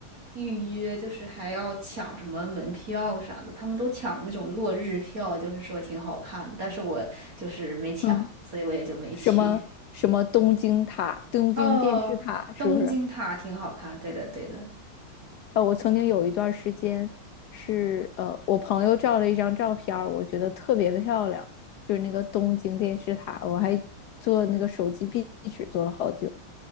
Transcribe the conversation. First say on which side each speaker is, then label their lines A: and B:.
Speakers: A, on the right; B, on the left.
A: 预约，就是还要抢什么门票啥的，他们都抢那种落日票，就是说挺好看，但是我就是没抢，
B: 嗯，
A: 所以我也就没去。
B: 什么什么东京塔、东京电视塔，
A: 哦，
B: 是不是？
A: 东京塔挺好看，对的对的，
B: 啊，我曾经有一段时间是呃，我朋友照了一张照片儿我觉得特别漂亮，就是那个东京电视塔，我还做那个手机壁纸做了好久。